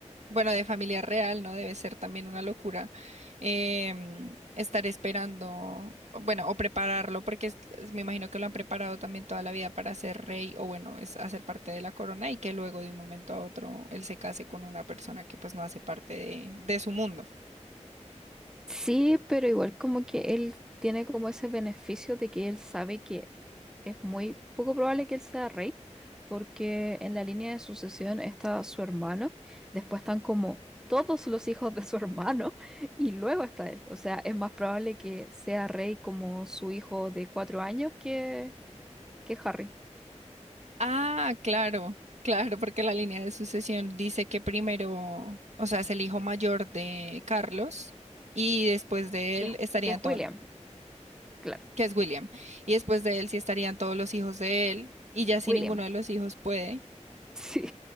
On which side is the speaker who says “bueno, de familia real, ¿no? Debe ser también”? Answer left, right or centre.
Right